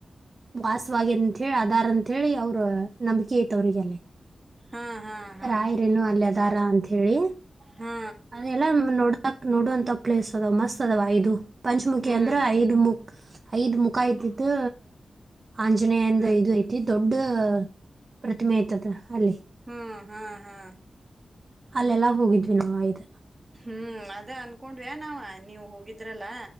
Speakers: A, on the right; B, on the right.
A: ವಾಸವಾಗಿ ಅಂತ ಹೇಳಿ ಅದಾರ್ ಅಂತ ಹೇಳಿ ಅವ್ರ ನಂಬಿಕೆ ಐತ್ ಅವ್ರಿಗೆಲ್ಲೆ.
B: ಹಾ ಹಾ ಹಾ
A: ರಾಯರಿನ್ನು ಅಲ್ಲೆದಾರ ಅಂತ ಹೇಳಿ
B: ಹಾ
A: ಅದೆಲ್ಲ ನೋಡ ಕ್ ನೋಡುವಂತ ಪ್ಲೇಸ್ ಅದಾವ್ ಮಸ್ತ್ ಅದವ ಇದು ಪಂಚಮುಖಿ
B: ಹ್ಮ್
A: ಅಂದ್ರ ಐದು ಮುಖ್ ಐದ್ ಮುಖ ಇದ್ದಿತ್ತು ಆಂಜನೇಯಂದು
B: ಹ್ಮ್
A: ಇದು ಐತಿ. ತಿ ದೊಡ್ಡ ಪ್ರತಿಮೆ ಐತದು ಅಲ್ಲಿ.
B: ಹ್ಮ್ ಹ್ಮ್ ಹಾ
A: ಅಲ್ಲೆಲ್ಲಾ ಹೋಗಿದ್ವಿ ನಾವ್ ಐದು.
B: ಹ್ಮ್ ಅದ ಅನ್ಕೊಂಡ್ವಾ ನಾವ ನೀವು ಹೋಗಿದ್ರಲ್ಲ